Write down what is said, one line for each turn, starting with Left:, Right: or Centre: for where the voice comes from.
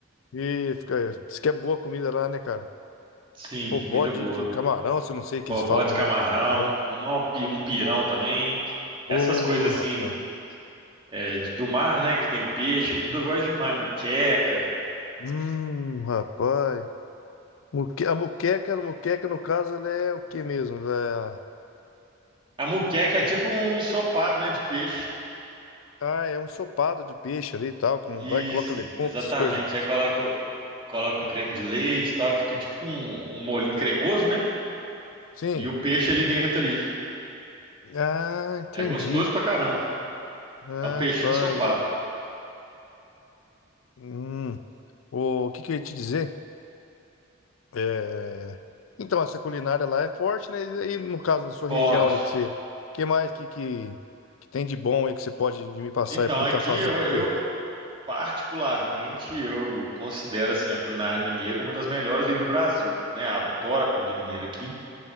Left: E fica. Diz que é boa a comida lá, né, cara?
Right: Sim,
Left: Pô,
Right: comida
Left: bode
Right: boa.
Left: de camarão, se eu não sei o que
Right: Bo-
Left: eles falam
Right: Bote
Left: também
Right: camarão,
Left: lá. é Bom.
Right: um pi- um pirão também.
Left: Ô,
Right: Essas coisas
Left: rapaz.
Right: assim, é, de- do mar, né? Que tem peixe, tudo eu gosto demais. Muqueca.
Left: Hum, rapaz. Muque- A moqueca, a moqueca, no caso, ela é o que mesmo? Ela
Right: A muqueca é tipo um ensopado, né? De peixe.
Left: é- Ah, é um ensopado de peixe ali e tal. Como
Right: Isso,
Left: vai, coloca legumes,
Right: exatamente.
Left: essas coisas.
Right: Aí coloca, coloca um creme de leite e tal. Fica tipo um, um molhinho cremoso, né?
Left: Sim.
Right: E o peixe ali dentro ali.
Left: Ah, entendi.
Right: É gostoso pra caramba.
Left: Ah,
Right: É um peixinho
Left: tá.
Right: ensopado.
Left: eu já- Hum. O que que eu ia te dizer? É, Então, essa culinária lá é forte, né? E aí, no caso, na sua
Right: Forte.
Left: região ali, que você... que mais que, que, que tem de bom aí que você pode me passar
Right: Então,
Left: e me
Right: aqui
Left: estar fazendo
Right: eu, eu
Left: aqui?
Right: Particularmente, eu considero assim a culinária mineira uma das melhores aí do Brasil, né? Adoro a comida mineira aqui.